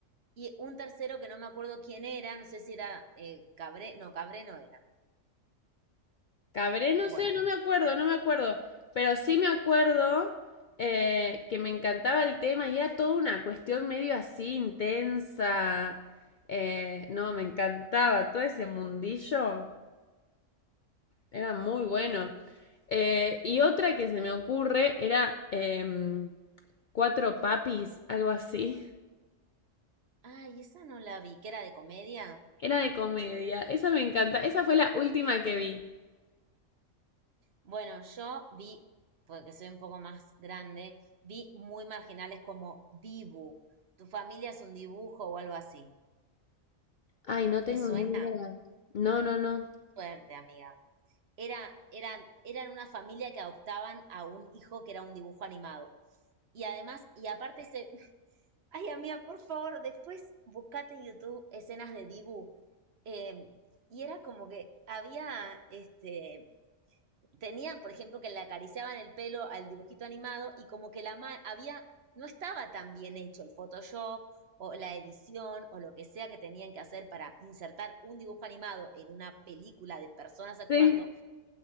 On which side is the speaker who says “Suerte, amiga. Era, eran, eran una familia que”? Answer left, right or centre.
Right